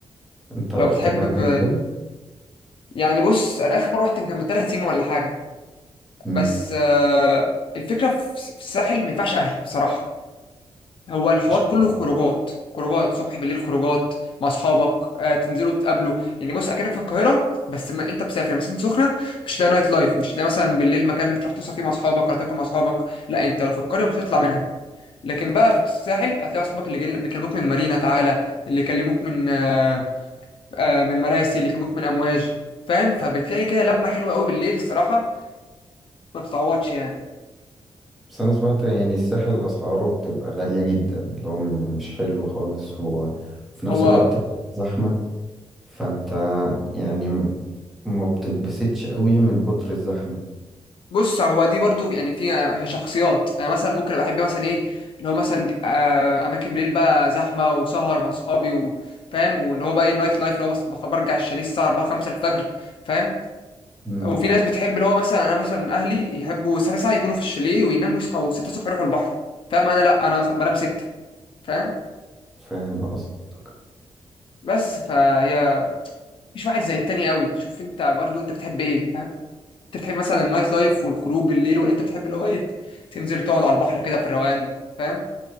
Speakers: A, in the centre; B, on the left.
A: انت
B: لو
A: رحت
B: بتحب
A: هناك
B: ب...
A: قبل كده؟
B: يعني بص انا اخر مره رحت كان من ثلاث سنين ولا حاجه
A: مم.
B: بس آه الفكره في في الساحل ما ينفعش اهلي بصراحه هو الحوار
A: مش-
B: كله خروجات خروجات صبح بالليل خروجات مع اصحابك آه تنزلوا تقابلوا يعني بص اكنك في القاهره بس ما انت مسافر مثلا سخنه مش هتلاقي نايت لايف مش هتلاقي مثلا بالليل مكان تروح تسهر فيه مع اصحابك ولا تاكل مع اصحابك لا انت لو في القريه مش هتطلع منها لكن بقى في الساحل هتلاقي اصحابك اللي جايين- بيكلموك من مارينا تعالى اللي يكلموك من آه آه من مراسي اللي يكلموك من امواج فاهم فبتلاقي كده لمه حلوه قوي بالليل الصراحه ما بتتعوضش يعني
A: بس أنا سمعت يعني الساحل أسعاره بتبقى غالية جدا لو مش حلو خالص و... وفي نفس
B: هو
A: الوقت زحمة فانت يعني م- ما بتتبسطش قوي من كتر الزحمة
B: بص هو دي برضو يعني في هي شخصيات انا مثلا ممكن ابقى احب مثلا ايه اللي هو مثلا تبقى اماكن بالليل بقى زحمه وسهر مع اصحابي وفاهم وان هو بقى ايه النايت لايف اللي هو بس بخ- برجع الشاليه الساعه 4 5 الفجر فاهم
A: مم.
B: وفي ناس بتحب اللي هو مثلا انا مثلا اهلي يحبوا الساعه 9 يكونوا في الشاليه ويناموا يصحوا 6 الصبح يروحوا البحر فاهم انا لا انا أصلاً بنام 6 فاهم
A: فاهم قصدك
B: بس فهي مش واحد زي التاني قوي شوف انت برضو انت بتحب ايه فاهم انت بتحب مثلا النايت لايف والخروج بالليل ولا انت بتحب اللي هو ايه تنزل تقعد على البحر كده في الروقان فاهم